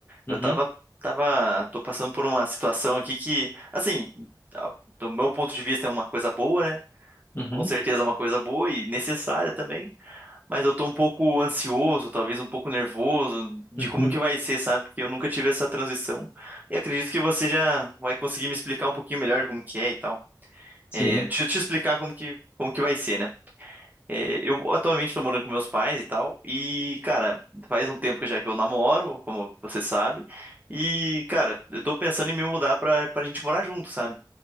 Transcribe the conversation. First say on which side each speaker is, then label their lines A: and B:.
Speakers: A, on the left; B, on the right.
A: Uhum,
B: Eu tava tava tô passando por uma situação aqui que, assim, a- do meu ponto de vista é uma coisa boa, né?
A: uhum,
B: Com certeza é uma coisa boa e necessária também. Mas eu tô um pouco ansioso, talvez um pouco nervoso de
A: uhum,
B: como que vai ser, sabe? Porque eu nunca tive essa transição. E acredito que você já vai conseguir me explicar um pouquinho melhor como que é e tal.
A: sim.
B: É, deixa eu te explicar como que, como que vai ser, né? É, eu atualmente tô morando com meus pais e tal. E, cara, faz um tempo que já que eu namoro, como você sabe. E, cara, eu tô pensando em me mudar pra, pra gente morar junto, sabe?